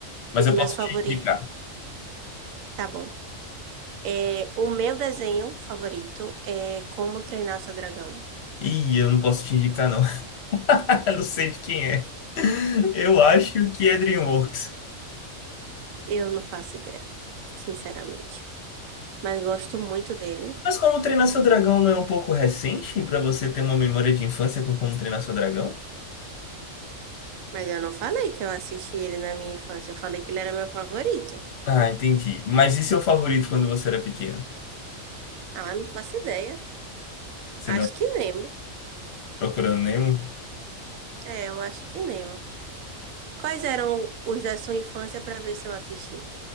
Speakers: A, on the left; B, on the right.
A: Mas
B: Os
A: eu posso
B: meus
A: te
B: favoritos.
A: indicar.
B: Tá bom. É, o meu desenho favorito é Como Treinar Seu Dragão.
A: Ih, eu não posso te indicar, não. <laughs> Não sei de quem é. Eu acho que é DreamWorks.
B: Eu não faço ideia, sinceramente. Mas gosto muito dele.
A: Mas Como Treinar Seu Dragão não é um pouco recente pra você ter uma memória de infância com Como Treinar Seu Dragão?
B: Mas eu não falei que eu assisti ele na minha infância. Eu falei que ele era meu favorito.
A: Ah, entendi. Mas e seu favorito quando você era pequeno?
B: Ah, não faço ideia.
A: Você
B: Acho
A: não tá
B: que Nemo.
A: procurando nenhum?
B: É, eu acho que Nemo. Quais eram os da sua infância pra ver se eu assisti?